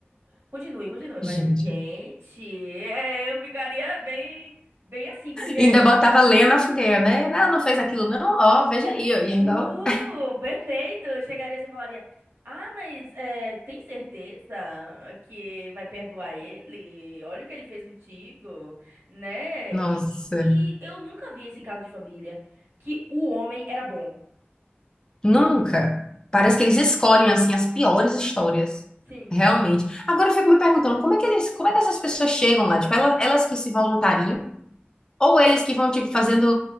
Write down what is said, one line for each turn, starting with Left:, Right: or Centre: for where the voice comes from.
Right: Continue, continue, mas
Left: gente.
Right: gente, é, eu ficaria bem, bem assim, porque
Left: Ainda botava lenha na fogueira, né? Não, não fez aquilo, não? Ó, veja
Right: é,
Left: aí, ó. E
Right: uh,
Left: ainda... ó.
Right: perfeito! Chegaria assim e falaria: Ah, mas é, tem certeza que vai perdoar ele? Olha o que ele fez contigo, né?
Left: Nossa,
Right: E, e- e eu nunca vi esse caso de família que o homem era bom.
Left: nunca. Parece que eles escolhem, assim, as piores histórias.
Right: Sim.
Left: Realmente. Agora eu fico me perguntando, como é que eles, como é que essas pessoas chegam lá? Tipo, ela- elas, que se voluntariam? Ou eles que vão, tipo, fazendo,